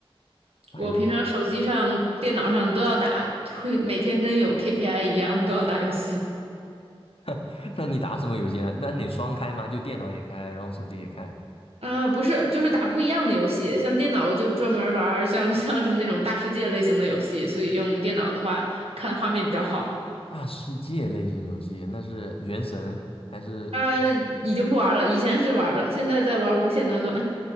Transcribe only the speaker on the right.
我平常手机上、电脑上都要打，会每天跟有 KPI 一样都要打游戏。
啊、不是，就是打不一样的游戏。像电脑，我就专门玩儿像像是那种大世界类型的游戏，所以用电脑的话，看画面比较好。
啊、已经不玩了，以前是玩了，现在在玩《无限暖暖。